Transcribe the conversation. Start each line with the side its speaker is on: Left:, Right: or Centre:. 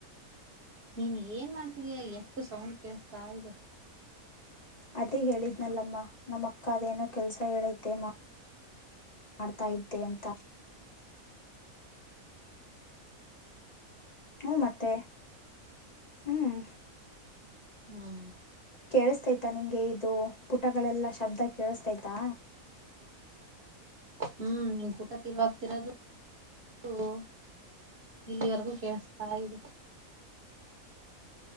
Right: ನೀನ್ ಏನ್ ಮಾಡ್ತಿದಯ ಎಷ್ಟು ಸೌಂಡ್ ಕೇಳಿಸತಾ ಇದೆ
Left: ಅದೇ ಹೇಳಿದ್ನಲ್ಲಮ್ಮ ನಮ್ಮ ಅಕ್ಕ ಅದೇನೋ ಕೆಲ್ಸ ಹೇಳೈತೆ ಮಾ ಮಾಡ್ತಾ ಇದ್ದೆ ಅಂತ ಹ್ಮ್ ಮತ್ತೆ ಹ್ಮ್
Right: ಹ್ಮ್
Left: ಕೇಳಿಸ್ತೈತಾ ನಿಂಗೆ ಇದು ಪುಟಗಳೆಲ್ಲಾ ಶಬ್ದ ಕೇಳಸ್ತೈತಾ
Right: ಹ್ಮ್ ನಿನ್ ಊಟ ತಿರ್ವಾಗ್ತಿರೋದು ಹ ಇಲ್ಲಿವರೆಗೂ ಕೇೇಳಸ್ತಾ ಇದೆ